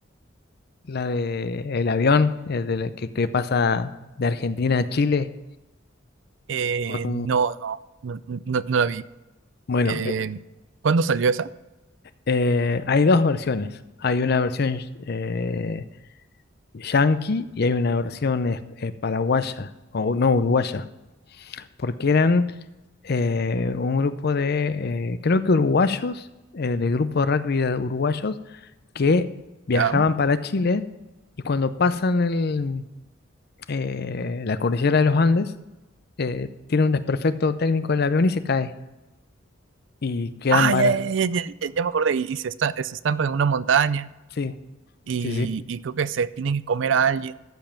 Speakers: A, on the left; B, on the right.
A: La de el avión, eh, de la que, que pasa de Argentina a Chile
B: Eh,
A: con un,
B: no, no, no, no, no la vi.
A: Bueno,
B: Eh,
A: eh,
B: ¿cuándo salió esa?
A: eh, hay dos versiones. Hay una versión eh, yanqui y hay una versión es- eh, paraguaya, o no uruguaya, porque eran eh, un grupo de, eh, creo que uruguayos, eh, del grupo de rugby de uruguayos, que viajaban
B: ¿Ya?
A: para Chile y cuando pasan el, eh, la cordillera de los Andes, eh, tiene un desperfecto técnico del avión y se cae y quedan
B: Ah,
A: varas.
B: ya, ya, ya, ya, ya- ya me acordé. Y, y se, esta- se estampan en una montaña
A: Sí,
B: y,
A: sí, sí.
B: y creo que se tienen que comer a alguien.